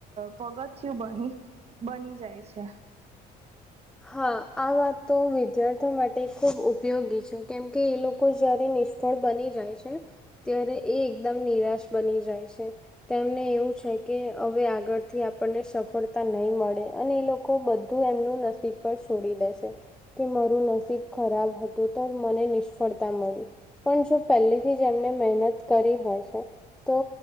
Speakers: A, on the right; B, in the centre.
A: પગથયું બની બની જાય છે <inaudible> <inaudible>
B: હા આ વાત તો વિદ્યાર્થીઓ માટે ખૂબ ઉપયોગી છે કેમકે એ લોકો જ્યારે નિષ્ફળ બની જાય છે ત્યારે એ એકદમ નિરાશ બની જાય છે તેમને એવું છે કે હવે આગળથી આપણને સફળતા નહી મળે અને એ લોકો લોકો બધું એમનું નસીબ પર છોડી દેશે કે મારું નસીબ ખરાબ હતું તો મને નિષ્ફળતા મળી પણ જો પહેલી થી જે એમને મહેનત કરી હોય છે તો